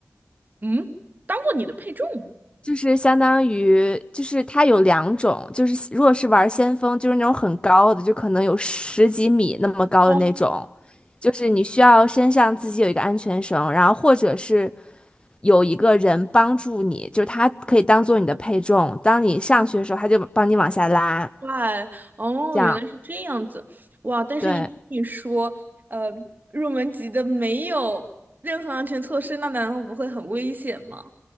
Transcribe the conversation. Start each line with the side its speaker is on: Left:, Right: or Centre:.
Right: 嗯，当做你的配重。
Left: 就是相当于，就是它有两种，就是如果是玩先锋，就是那种很高的，就可能有十几米那么高的那种，
Right: 哦，
Left: 就是你需要身上自己有一个安全绳，然后或者是有一个人帮助你，就是他可以当做你的配重，当你上去的时候，
Right: 哦，
Left: 他就帮你往下拉，
Right: 怪，哦，
Left: 这样。
Right: 原来是这样子，哇！但是一听你说，
Left: 对，
Right: 呃，入门级的没有任何安全措施，那难道不会很危险吗？